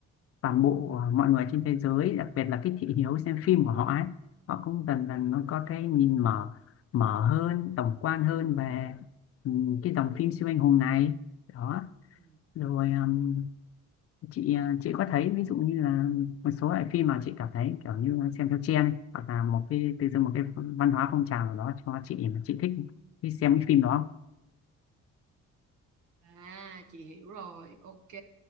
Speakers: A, on the left; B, on the right.
A: toàn bộ ờ, mọi người trên thế giới đặc biệt là cái thị hiếu xem phim của họ ấy họ cũng dần dần nó có
B: Ừ.
A: cái nhìn mở mở hơn tổng quan hơn về ừ, cái dòng phim siêu anh hùng này đó
B: Ừ.
A: rồi ừm, chị ờ, chị có thấy ví dụ như là một số loại phim mà chị cảm thấy kiểu như xem theo trend ấy, hoặc là một cái từ dưng một cái văn hóa phong trào nào đó cho chị mà chị thích đi xem cái phim đó không?
B: À chị hiểu rồi, ok.